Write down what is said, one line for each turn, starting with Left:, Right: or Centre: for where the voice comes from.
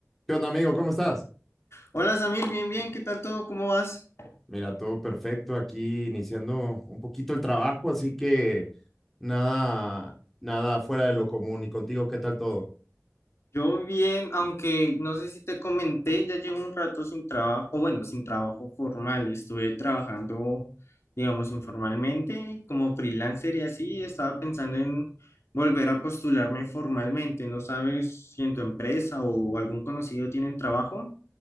Centre: ¿Qué onda, amigo? ¿Cómo estás?
Left: Hola Samir, bien, bien, ¿qué tal todo? ¿Cómo vas?
Centre: Mira, todo perfecto aquí, iniciando un poquito el trabajo, así que nada, nada fuera de lo común. ¿Y contigo qué tal todo?
Left: Yo bien, aunque no sé si te comenté, ya llevo un rato sin trabajo, o bueno, sin trabajo formal, estuve trabajando, digamos, informalmente, como freelancer y así, estaba pensando en volver a postularme formalmente, ¿no sabes si en tu empresa o algún conocido tienen trabajo?